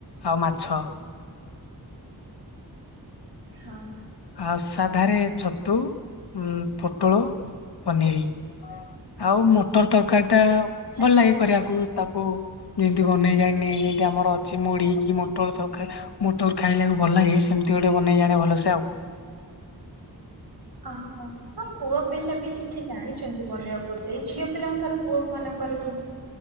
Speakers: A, on the left; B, on the right.
A: ଆଉ ମାଛ।
B: ହଁ।
A: ଆଉ ସାଧାରେ ଛତୁ ପୋଟଳ ପନିର। ଆଉ ମଟର ତରକାରୀ ଟା
B: ଆଚ୍ଛା
A: ଭଲ ଲାଗେ କରିବାକୁ ତାକୁ ଯେମତି ବନେଇ ଯାଇନି ଯେମିତି ଆମର ଅଛି ମୁଢ଼ି କି ମୋଟର ତରକାରୀ। ମୋ ତୋର ଖାଇଲାକୁ ଭଲ ଲାଗେ ସେମିତି ଗୋଟେ ବନେଇ ଜାଣେ ଭଲସେ ଆଉ
B: ଓହୋ ହ ପୁଅ ପିଲା ବି କିଛି ଜାଣିଛନ୍ତି ବନେଇବାକୁ। ସେଇ ଝିଅ ପିଲାଙ୍କ ଠାରୁ ପୁଅ ମାନଙ୍କର ବିଁ